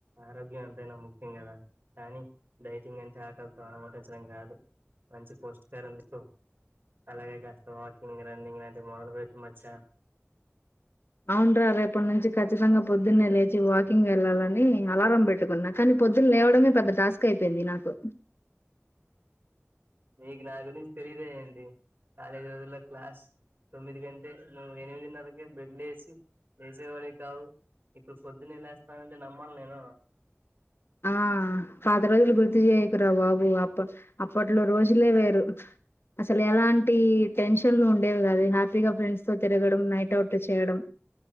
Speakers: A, on the right; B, on the left.
A: ఆరోగ్యం ఎంతైనా ముఖ్యం గదా కానీ డైటింగ్ అంటే ఆకలితో అలమటించడం గాదు మంచి పౌష్టికాహారం తీస్కో అలాగే కాస్త వాకింగ్ రన్నింగ్ లాంటివి మొదలు బెట్టు మచ్చా
B: అవున్రా రేపటి నుంచి ఖచ్చితంగా పొద్దున్నే లేచి వాకింగ్ ఎళ్లాలని అలారం పెట్టుకున్నా కనీ పొద్దున లేవడమే పెద్ద టాస్క్ అయిపోయింది నాకు
A: నీకు నా గురించి తెలిద ఏంటి కాలేజీ రోజుల్లో క్లాస్ తొమ్మిది గంటే నువు ఎనిమిదిన్నరకె బెడ్ లేేసి <unintelligible> కావు ఇప్పుడు పొద్దున్నే లేస్తానంటే నమ్మాల నేను
B: ఆ పాత రోజులు గుర్తు జేయకురా బాబు అప్పట్ అప్పట్లో రోజులే వేరు అసలు ఎలాంటి టెన్షన్లు ఉండేవి గాదె నాక్ ద్దిగ ఫ్రెండ్స్ తో తిరగడం నైట్ అవుట్లు చేయడం